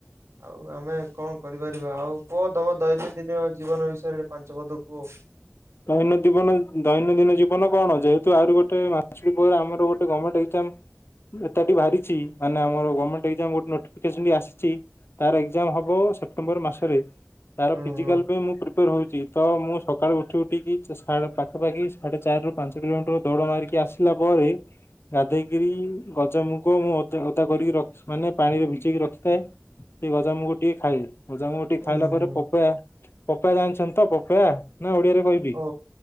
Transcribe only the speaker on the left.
ଦୈନ ଜୀବନ ଦୈନନ୍ଦିନ ଜୀବନ କଣ ଯେହେତୁ ଆରୁ ଗୋଟେ ମାଛୁଡି ପହରେ ଆମର ଗୋଟେ ଗମେଣ୍ଟ ଏଜ୍ଜମ୍ ବାହାରିଛି ମାନେ ଆମ ର ଗମେଣ୍ଟ ଗୋଟେ ନୋଟିଫିକେସନ୍ ବି ଆସି ଚି ତାର ଏଜ୍ଜାମ ହବ ସେପ୍ଟେମ୍ବର ମାସରେ ତାର
ଫିଜିକାଲ
ପାଇଁ ମୁଁ ପ୍ରିପ୍ ର ହଉଛି ତ ମୁଁ ସକାଳୁ ଉ ଉଠି ଉଠିକି ସାଢେ ପାଖାପାଖି ସାଢେ ଚାରିରୁ ପାଞ୍ଚ କିଲୋମିଟର ଦୌଡ଼ ମାରିକି ଆସିଲା ପରେ ଗାଧେଇକିରି ଗଜା ମୁଗ ମୁଁ ଓଦା ଓଦା କରିକି ରଖି ମାନେ ପାଣିରେ ଭିଜେଇକି ରଖିଥାଏ। ସେଇ ଗଜାମୂଗ ଟିକେ ଖାଏ ଗଜାମୁଗ ଟିକେ
ଖାଇଲା
ପରେ ପପା ପପୟା ଜାଣିଛନ୍ତି ତ ପପୟା ନା ଓଡିଆରେ କହିବି।